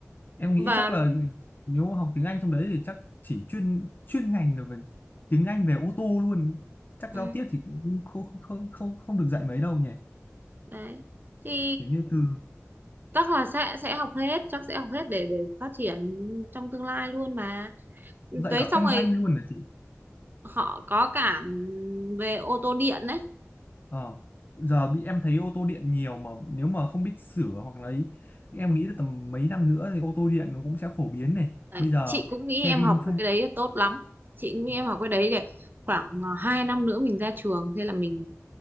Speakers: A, on the left (about 40°); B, on the right (about 40°).
A: em nghĩ
B: và
A: chắc là nếu mà học tiếng Anh trong đấy thì chắc chỉ chuyên chuyên ngành là về tiếng Anh về ô tô luôn chắc
B: ừ,
A: giao tiếp thì cũng không không không không được dạy mấy đâu nhỉ
B: đấy thì
A: kiểu như từ
B: chắc là sẽ sẽ học hết chắc sẽ học hết để để phát triển trong tương lai luôn mà đấy
A: dạy cả
B: xong
A: kinh
B: rồi
A: doanh luôn là chị
B: họ có cả về ô tô điện đấy.
A: Ờ, giờ bị em thấy ô tô điện nhiều mà nếu mà không biết sửa hoặc là ấy em nghĩ là tầm mấy năm nữa thì ô tô điện nó cũng sẽ phổ biến này
B: đấy
A: bây giờ
B: chị cũng nghĩ
A: xe
B: em
A: Vin
B: học về cái đấy là tốt lắm chị cũng nghĩ
A: vâng,
B: em học cái đấy để khoảng ờ, 2 năm nữa mình ra trường thế là mình